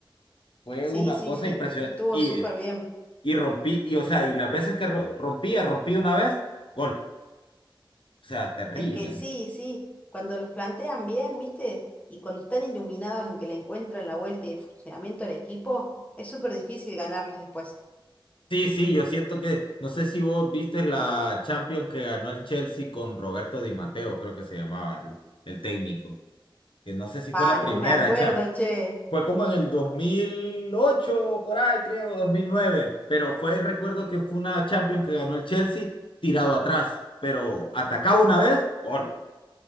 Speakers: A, on the left; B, on the left.
A: Fue
B: sí,
A: una
B: sí,
A: cosa
B: sí,
A: impresionante.
B: estuvo
A: Y,
B: súper
A: eh,
B: bien.
A: y rompí, y o sea, y las veces que ro- rompía, rompí una vez, gol. O sea, terrible.
B: Es que sí, sí, cuando los plantean bien, ¿viste? Y cuando están iluminados en que le encuentran la vuelta y el funcionamiento del equipo, es súper difícil ganarles después.
A: Sí, sí, yo siento que, no sé si vos viste la Champions que ganó el Chelsea con Roberto Di Matteo, creo que se llamaba el, el técnico. Que no sé si
B: Pa,
A: fue la
B: no
A: primera
B: me acuerdo,
A: Champions.
B: che.
A: Fue como en el 2008 por ahí creo, dos mil nueve Pero fue, recuerdo que fue una Champions que ganó el Chelsea tirado atrás. Pero atacaba una vez, gol.